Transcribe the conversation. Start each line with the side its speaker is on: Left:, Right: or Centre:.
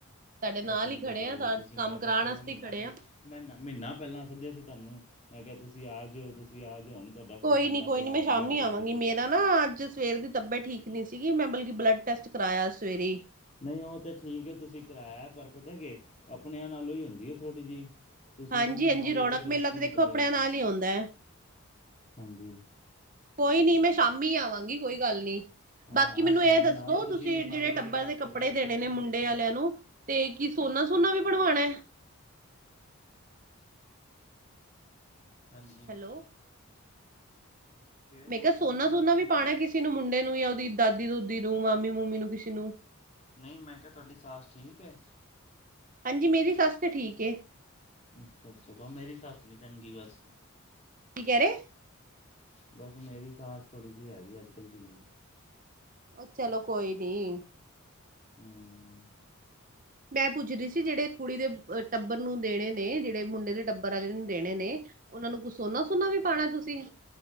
Right: ਸਾਡੇ ਨਾਲ
Left: ਪਤਾ ਨਹੀਂ
Right: ਹੀ ਖੜੇ
Left: ਕਦ ਆਓਗੇ
Right: ਆ
Left: ਤੁਸੀਂ
Right: ਕੰਮ
Left: ਮੈਂ ਤਾਂ
Right: ਕਰਾਉਣ
Left: ਪਹਿਲਾਂ
Right: ਵਾਸਤੇ ਹੀ ਖੜੇ
Left: ਪਹਿਲ
Right: ਆ।
Left: ਮਹੀਨਾ ਮਹੀਨਾ ਪਹਿਲਾਂ ਸੱਦਿਆ ਸੀ ਤੁਹਾਨੂੰ ਮੈਂ ਕਿਹਾ ਤੁਸੀਂ ਆ ਜਿਓ ਤੁਸੀਂ ਤੁਸੀਂ ਆ ਜਾੳ ਹੋਣ ਤੁਹਾਡਾ ਫੋਨ
Right: ਕੋਈ
Left: ਆਉਂਦਾ
Right: ਨੀ ਕੋਈ
Left: ਪਿਆ
Right: ਨੀ ਮੈਂ
Left: ਹੁਣ
Right: ਸ਼ਾਮੀ
Left: ਆ ਰਹੇ
Right: ਆਵਾਂਗੀ
Left: ਹੋ ਤੁਸੀਂ।
Right: ਮੇਰਾ ਨਾ ਅੱਜ ਸਵੇਰ ਦੀ ਤਬੀਅਤ ਠੀਕ ਨੀ ਸੀਗੀ ਮੈਂ ਬਲਕਿ ਬਲੱਡ ਟੈਸਟ ਕਰਾਇਆ ਸਵੇਰੇ।
Left: ਨਹੀਂ ਉਹ ਤਾਂ ਠੀਕ ਹੈ ਤੁਸੀਂ ਕਿਰਾਇਆ ਪਰ ਪਤਾ ਕਿ ਆਪਣਿਆਂ ਨਾਲੋਂ ਹੀ ਹੁੰਦੀ ਹੈ ਥੋੜੀ ਜਿਹੀ। ਤੁਸੀਂ
Right: ਹਾਂਜੀ
Left: ਵੀ ਨੀ
Right: ਹਾਂਜੀ
Left: ਆਓਗੇ
Right: ਰੌਣਕ
Left: ਤੇ ਫਿਰ
Right: ਮੇਲਾ
Left: ਕਿਵੇਂ
Right: ਦੇਖੋ
Left: ਚੱਲੇਗਾ
Right: ਆਪਣਿਆਂ ਨਾਲ
Left: ਕੰਮ
Right: ਹੀ ਆਉਂਦਾ ਹੈ
Left: ਹਾਂਜੀ।
Right: ਕੋਈ ਨਹੀਂ ਮੈਂ ਸ਼ਾਮੀ ਆਵਾਂਗੀ ਕੋਈ ਗੱਲ ਨਹੀਂ।
Left: ਹਾਂ
Right: ਬਾਕੀ ਮੈਨੂੰ
Left: ਅੱਜ ਸ਼ਾਮੀ
Right: ਇਹ ਦੱਸੋ
Left: ਆਓ
Right: ਤੁਸੀਂ
Left: ਸਾਰੀ
Right: ਜਿਹੜੇ ਟੱਬਰ
Left: ਗੱਲਬਾਤ
Right: ਦੇ ਕੱਪੜੇ
Left: ਕਰੀਏ
Right: ਦੇਣੇ
Left: ਕੀ
Right: ਨੇ
Left: ਕੀ ਸਿਸਟਮ
Right: ਮੁੰਡੇ ਵਾਲਿਆਂ
Left: ਹੈ
Right: ਨੂੰ ਤੇ ਕੀ ਸੋਨਾ ਸੂਨਾ ਵੀ ਬਣਵਾਉਣਾ।
Left: ਹਾਂਜੀ।
Right: ਹੈਲੋ
Left: ਫਿਰ ਹੋਰ
Right: ਮੈਂ ਕਿਹਾ
Left: ਤੁਹਾਡੀ
Right: ਸੋਨਾ
Left: ਸਾਸ
Right: ਸੁਨਾ
Left: ਠੀਕ
Right: ਵੀ ਪਾਉਣਾ
Left: ਹੈ
Right: ਕਿਸੇ ਨੂੰ ਮੁੰਡੇ ਨੂੰ ਜਾਂ ਉਹਦੀ ਦਾਦੀ ਦੂਦੀ ਨੂੰ ਮਾਮੀ ਮੁਮੀ ਨੂੰ ਕਿਸੇ ਨੂੰ।
Left: ਨਹੀਂ ਮੈਂ ਕਿਹਾ ਤੁਹਾਡੀ ਸਾਸ ਠੀਕ ਹੈ।
Right: ਹਾਂਜੀ, ਮੇਰੀ ਸੱਸ ਤੇ ਠੀਕ ਹੈ।
Left: ਅੱਛਾ, ਅੱਛਾ ਵੋ ਮੇਰੀ ਸੱਸ ਨੀ ਚੰਗੀ ਬਸ।
Right: ਕੀ ਕਹਿ ਰਹੇ।
Left: ਬਸ ਮੇਰੀ ਸਾਸ ਥੋੜ੍ਹੀ ਜਿਹੀ ਹੈਗੀ ਅੱਜ ਕੱਲ੍ਹ ਡਿੱਲੀ।
Right: ਉਹ ਚਲੋ ਕੋਈ ਨੀ।
Left: ਹਮ। <unintelligible>
Right: ਮੈਂ ਪੁੱਛ ਰਹੀ ਸੀ ਜਿਹੜੇ ਕੁੜੀ ਦੇ ਟੱਬਰ ਨੂੰ ਦੇਣੇ ਨੇ ਜਿਹੜੇ ਮੁੰਡੇ ਦੇ ਟੱਬਰ ਆਲੇ ਨੂੰ ਦੇਣੇ ਨੇ ਉਹਨਾ ਨੂੰ ਕੁਛ ਸੋਨਾ ਸੁਨਾ ਵੀ ਪਾਣੈ ਤੁਸੀਂ।